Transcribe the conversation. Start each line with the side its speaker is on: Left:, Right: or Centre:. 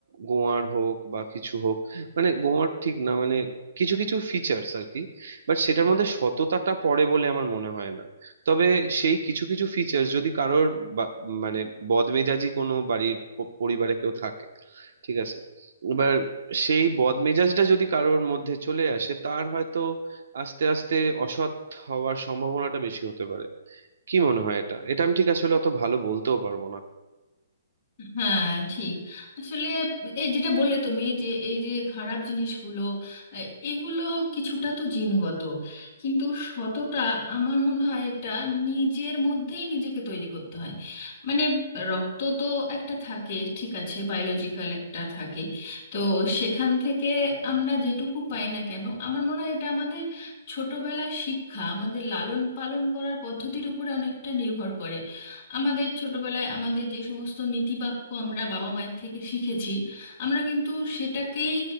Right: গোয়ার হোক বা কিছু হোক মানে গোয়ার ঠিক না মানে কিছু কিছু ফিচার্স আর কি বাট সেটার মধ্যে সততাটা পড়ে বলে আমার মনে হয় না তবে সেই কিছু কিছু ফিচার্স যদি কারোর বা- মানে বদমেজাজি কোনো বাড়ির প- পরিবারে কেউ থাকে ঠিক আছে এবার সেই বদমেজাজটা যদি কারোর মধ্যে চলে আসে তার হয়তো আস্তে আস্তে অসৎ হওয়ার সম্ভাবনাটা বেশি হতে পারে কি মনে হয় এটা এটা আমি ঠিক আসলে অত ভালো বলতেও পারবো না
Left: হ্যাঁ ঠিক আসলে এই যেটা বললে তুমি যে এই যে খারাপ জিনিসগুলো আহ, এগুলো কিছুটা তো জিনগত কিন্তু সততা আমার মনে হয় এটা নিজের মধ্যেই নিজেকে তৈরি করতে হয় মানে রক্ত তো একটা থাকে ঠিক আছে বায়োলজিক্যাল একটা থাকে তো সেখান থেকে আমরা যেটুকু পাই না কেন আমার মনে হয় এটা আমাদের ছোটবেলা শিক্ষা আমাদের লালন পালন করার পদ্ধতির উপরে অনেকটা নির্ভর করে আমাদের ছোটবেলায় আমাদের যে সমস্ত নীতিবাক্য আমরা বাবা মায়ের থেকে শিখেছি আমরা কিন্তু সেটাকেই